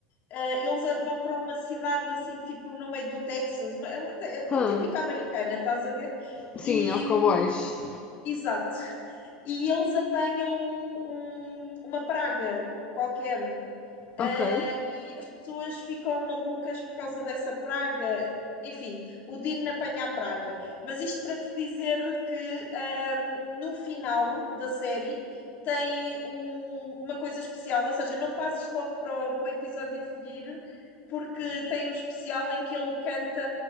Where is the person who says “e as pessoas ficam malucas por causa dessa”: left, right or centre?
Left